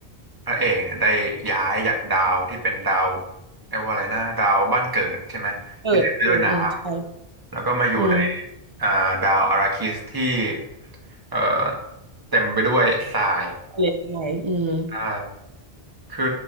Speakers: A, on the right; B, on the right.
A: พระเอกเนี่ยได้ย้ายจากดาวที่เป็นดาวเรียกว่าอะไรนะดาวบ้านเกิดใช่ไหมที่เต็มไปด้วยน้
B: เปิดเอออืมใช่
A: ำแล้วก็มาอยู่ใน
B: อืม
A: อ่าดาวอาราคิสที่เอ่อเต็มไปด้วยทราย
B: อะไรใช่อืม
A: ใช่ คือ